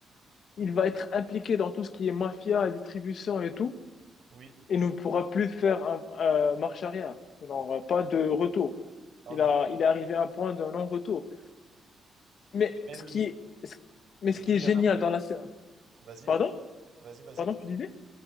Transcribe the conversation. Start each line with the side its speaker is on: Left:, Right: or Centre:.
Left: il va être impliqué dans tout ce qui est mafia, distribution et tout,
Right: Oui,
Left: et ne pourra plus faire un, euh, marche arrière. Il n'aura pas de retour.
Right: en
Left: Il a,
Right: effet.
Left: il est arrivé à un point de non-retour. Mais
Right: Et même
Left: ce qui
Right: il,
Left: est, ce- mais ce
Right: même
Left: qui
Right: il
Left: est
Right: y
Left: génial
Right: a la...
Left: dans la série.
Right: Vas-y,
Left: Pardon?
Right: vas-y, vas-y.
Left: Pardon, tu disais?